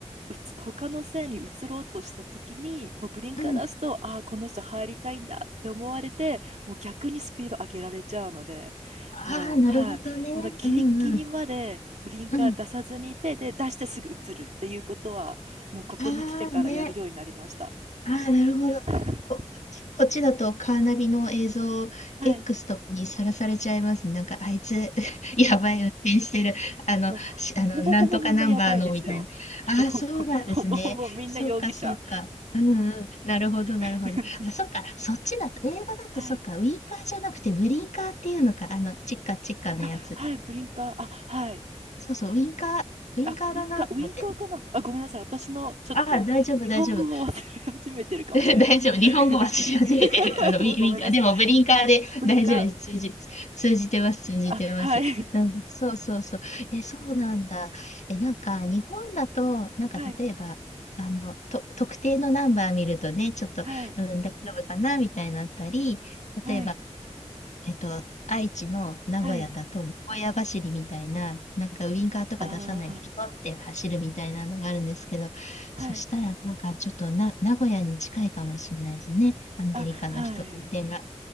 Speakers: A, on the right (about 75°); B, on the left (about 80°).
A: うつ、他の線に移ろうとした時に、もうブリンカー出すと、
B: うん。
A: ああ、この人入りたいんだって思われて、もう逆にスピード上げられちゃうので、
B: ああ、
A: もう、
B: なるほどね。
A: はい。もうだギリギリまでブリンカー出さずにいて、
B: うん、うん、うん。
A: で、出してすぐ移るっていうことは、もうここに来てからやるようになりました。
B: ああ、ね。ああ、なるほど。
A: <laughs>
B: こ、こっち、こっちだとカーナビの映像
A: はい。
B: X とかにさらされちゃいますね。なんか、あいつ、<laughs> やばい運転してる。あの、
A: もう、
B: し、あの、
A: もうほぼほぼみんなやばいですよ。
B: なんとかナンバーの、みたいな。
A: <laughs>
B: ああ、そうなんですね。
A: もうほぼほぼみんな容疑者。
B: そっか、そっか。うんうん。なるほど、なるほど。
A: <laughs>
B: あ、そっか。そっちだと、英語だとそっか。
A: はい。
B: ウィンカーじゃなくて、ブリンカーっていうのか。あの、チッカチッカのやつ。
A: あ、はい、ブリンカー。あ、はい。
B: そうそう、ウィンカー、ウィンカーだなと思って。
A: あ、ウィンカー、ウィンカーかなあ、ごめんなさい。私のちょっと日本語を忘れ始めてるかもしれないです。
B: ああ、大丈夫、大丈夫。<laughs> 大丈夫。日本語は知り始めてる。
A: <laughs>
B: あの、ウィ、
A: もうごめんなさい。
B: ウィンカー。でも、ブリンカーで大丈夫です。
A: ブリンカー、
B: 通じ、通じてます。通じてます。
A: あ、はい。
B: うん、そうそうそう。え、そうなんだ。え、なんか、日本だと、なんか、
A: はい。
B: 例えば、あの、と、特定のナンバー見るとね、ちょっと、
A: はい。
B: うん、大丈夫かな、みたいになったり、
A: はい。
B: 例えば、えっと、愛知の名古屋だと、
A: はい。
B: 名古屋走りみたいな、なんかウインカーとか出さないで、
A: あー、
B: ひょって走るみたいなのがあるんですけど、
A: はい。
B: そしたら、なんかちょっとな、名古屋に近いかもしれないですね。アメリカの人、
A: あ、はい。
B: 運転が。